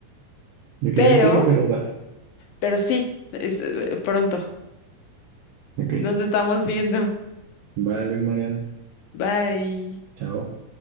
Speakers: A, on the right; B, on the left.
A: yo quería
B: pero,
A: seguir, pero va,
B: pero sí, es eh, pronto,
A: ok,
B: nos estamos viendo.
A: vale, Mariana,
B: Bye.
A: chao.